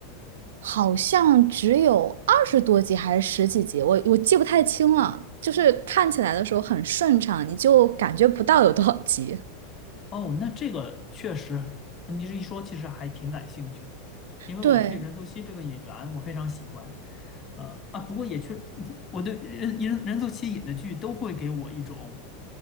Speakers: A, on the right; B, on the left.
A: 好像只有二十多集还是十几集，我我记不太清了。就是看起来的时候很顺畅，你就感觉不到有多少集。
B: 哦，那这个确实，你这一说，其实还挺感兴趣的，因为我对任素汐这个演员我非常喜欢，
A: 对，
B: 呃啊，不过也确，我对任任任素汐演的剧都会给我一种